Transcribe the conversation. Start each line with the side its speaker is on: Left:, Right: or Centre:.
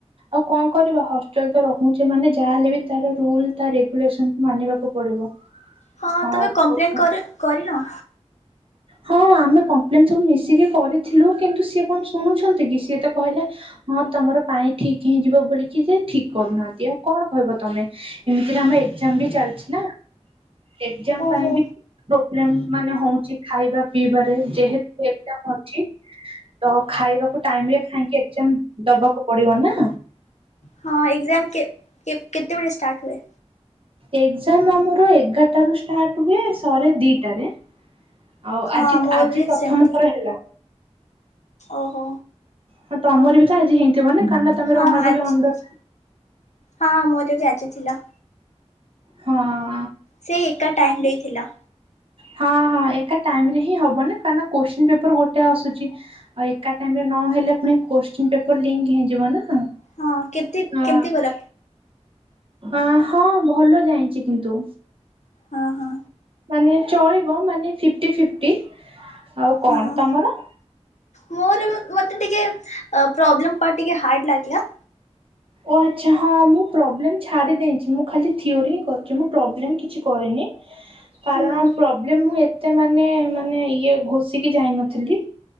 Right: ଆଉ କଣ କରିବା ହଷ୍ଟେଲ ତ ରହୁଁଛେ ମାନେ ଯାହାହେଲେ ବି ତାର ରୁଲ ତା ରେଗୁଲେସନକୁ ମାନିବାକୁ ପଡିବ।
Left: ହଁ
Right: ଆଉ
Left: ତମେ କମ୍ପ୍ଲେନ କର କରିନ?
Right: ହଁ ଆମେ କମ୍ପ୍ଲେନ ସବୁ ମିଶିକି କରିଥିଲୁ କିନ୍ତୁ ସିଏ କଣ ଶୁଣୁଛନ୍ତି କି ସିଏ ତ କହିଲେ ହଁ ତମର ପାଣି ଠିକ୍ ହେଇଁଯିବ ବୋଲିକି ଯେ ଠିକ୍ କରୁନାହାଁନ୍ତି ଆଉ କଣ କହିବ ତମେ। ଏମିତିରେ ଆମ ଏକ୍ଜାମ୍ ବି ଚାଲିଛି ନା। ଏକ୍ଜାମ୍
Left: ଓହୋ
Right: ପାଇଁ ବି ପୋବ୍ଲେମ୍ ମାନେ ହଉଁଚ଼ି ଖାଇବା ପିଇବାରେ, ଯେହେତୁ ଏକ୍ଜାମ୍ ଅଛି ତ ଖାଇବାକୁ ଟାଇମରେ ଖାଇଁକି ଏକ୍ଜାମ୍ ଦବାକୁ ପଡିବ ନା।
Left: ହଁ ଏକଜାମ୍ କେ-କେ-କେତେବେଳେ ଷ୍ଟାର୍ଟ ହୁଏ?
Right: ଏକ୍ଜାମ୍ ଆମର ଏଗାରଟା ରୁ ଷ୍ଟାଟ୍ ହୁଏ ସରେ ଦିଟାରେ। ଆଉ
Left: ହଁ
Right: ଆଜିକ୍
Left: ମୋର
Right: ଆଜି
Left: ବି
Right: ପ୍ରଥମ
Left: ସେମିତି
Right: ଥର ହେଲା।
Left: ଓହୋ।
Right: ହଁ ତମର
Left: ଆଉ
Right: ବି ତ ଆଜି ହେଇଥିବ ନା କାରଣ ତମେ
Left: ହଁ
Right: ରମାଦେବୀ
Left: ଆଜି
Right: ଅଣ୍ଡର
Left: ହଁ ମୋ <unintelligible> ଆ ଜି ଥିଲା।
Right: ହଁଁ।
Left: ସେ ଏକା ଟାଇମ୍ ଦେଇଥିଲ।
Right: ହଁ ହଁ ଏକା ଟାଇମ୍ ରେ ହିଁ ହବ ନା, କାରଣ କୋଶ୍ଚିନ୍ ପେପର ଗୋଟେ ଆସୁଚ଼ି, ଆଉ ଏକା ଟାଇମ୍ ନ ହେଲେ ପୁଣି କୋଶ୍ଚିନ୍ ପେପର୍ ଲିଙ୍କ୍ ହେଇଯିବ ନା
Left: ହଁ କେମତି
Right: ଆ।
Left: କେମିତି ଗଲା
Right: ଆଁ ହଁ ଭଲ ଯାଇଚ଼ି କିନ୍ତୁ।
Left: ହଁ ହଁ।
Right: ମାନେ ଚଳିବ ମାନେ ଫିଫ୍ଟି ଫିଫ୍ଟି, ଆଉ
Left: ହଁ
Right: କଣ ତମର?
Left: ମୋର ମତେ ଟିକେ ପ୍ରୋବ୍ଲେମ୍ ପା ଟିକେ ହାର୍ଡ ଲାଗିଲା।
Right: ଓ ଆଚ୍ଛା ହଁ ମୁଁ ପ୍ରୋବ୍ଲେମ ଛାଡି ଦେଇଛି ମୁଁ ଖାଲି ଥିଓରି ହିଁ କରିଛି ମୁଁ ପ୍ରୋବ୍ଲେମ କିଛି କରେନି କାରଣ
Left: ହୁଁ
Right: ପ୍ରୋବ୍ଲେମ ମୁଁ ଏତେ ମାନେ ମାନେ ଇଏ ଘୋଷିକି ଯାଇନ ଥିଲି,